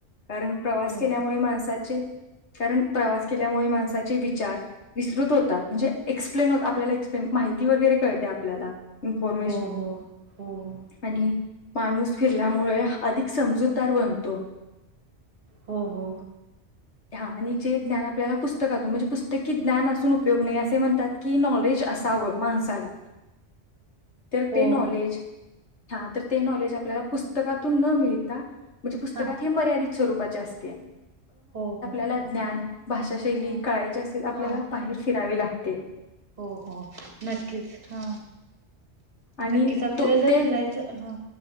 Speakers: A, on the left (about 80°); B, on the right (about 55°).
A: कारण प्रवास
B: हो
A: केल्यामुळे माणसात चे कारण प्रवास केल्यामुळे माणसाचे विचार विस्तृत होतात म्हणजे एक्सप्लेन होत, आपल्याला एक्सप्लेन माहिती वगैरे कळते आपल्याला इन्फॉर्मेशन
B: हो हो हो हो
A: आणि माणूस फिरल्यामुळे अधिक समजूतदार बनतो.
B: हो हो.
A: हा आणि जे ज्ञान आपल्याला पुस्तकातून म्हणजे पुस्तकी ज्ञान असून उपयोग नाही, असे म्हणतात की नॉलेज असावं माणसाला तर
B: हो
A: ते नॉलेज, हा तर ते नॉलेज आपल्याला पुस् तकातून न मिळता मंजे पुस्तकात
B: हा
A: हे मर्यादित स्वरूप पाची असते.
B: हो हो.
A: अल ज्ञान भाषा शैली
B: हा
A: कळायची असेल, आपल्याला
B: हा
A: बाहेर फिरावे लागते.
B: हो हो नक्कीच हा
A: आणि
B: नक्कीच आपल्याला
A: तो
B: जर
A: ते
B: फिरायचं ह,